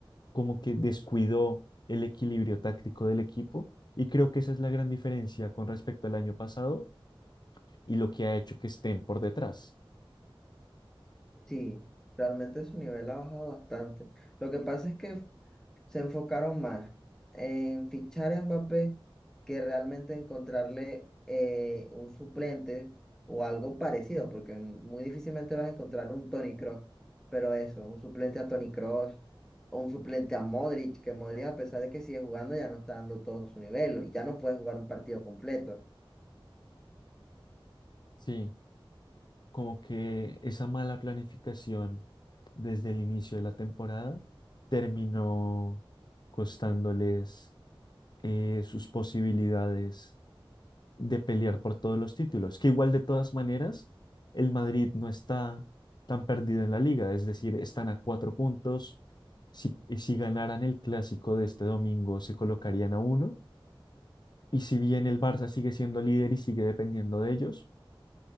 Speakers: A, on the left (about 50°); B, in the centre.
A: como que descuidó el equilibrio táctico del equipo y creo que esa es la gran diferencia con respecto al año pasado y lo que ha hecho que estén por detrás.
B: Sí, realmente su nivel ha bajado bastante. Lo que pasa es que se enfocaron más en fichar a Mbappé que realmente encontrarle eh, un suplente o algo parecido, porque muy difícilmente vas a encontrar un Toni Kroos, pero eso, un suplente a Toni Kroos o un suplente a Modric, que Modric a pesar de que sigue jugando ya no está dando todo su nivel y ya no puede jugar un partido completo.
A: Sí, como que esa mala planificación desde el inicio de la temporada terminó costándoles eh, sus posibilidades de pelear por todos los títulos, que igual de todas maneras el Madrid no está tan perdido en la liga, es decir, están a cuatro puntos. Si, eh, si ganaran el clásico de este domingo, se colocarían a uno. Y si bien el Barça sigue siendo líder y sigue dependiendo de ellos,